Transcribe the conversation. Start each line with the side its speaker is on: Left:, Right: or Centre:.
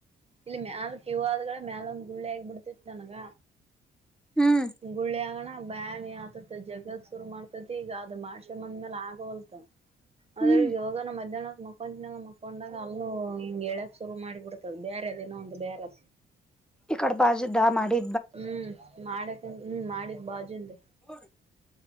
Right: ಇಲ್ಲಿ ಮ್ಯಾಲ ಕವ ಆದಗಳ ಮ್ಯಾಲ ಒಂದ್ ಗುಳ್ಳಿ ಆಗಬ ಬಿಡ್ತಿತ್ತು ನನಗ
Centre: ಹ್ಮ್
Right: ಗುಳ್ಳಿ ಆಗಣ ಬ್ಯಾನಿ ಆತತ ಜಗಗ್ ಶುರು ಮಾಡ್ತದ ಈಗ ಅದು ಮಷೆ ಮಂದ್ ಮೇಲೆ ಆಗವಲ್ತ ಅದ್ರ
Centre: ಹ್ಮ್
Right: ಯವಾಗ ನಮ್ಮ ಮಧ್ಯಾಹ್ನಕ್ ಮಕೊಂತಿನ ಮಕೊಂಡಾಗ ಅಲ್ಲ ಹಿಂಗ ಹೇಳ್ಯಕ್ ಶುರು ಮಾಡಿಬಿಡತ ಬೇರೆದೇನೊ ಒಂದು ಬೇರೆ
Centre: ಇಕಡ ಪುದ ಮಾಡಿ
Right: ಹ್ಮ್ ಮಾಡಕ ಹ್ಮ ಮಾಡಿದ್ ಬಾಜುನ್ೀ
Centre: ಹೋ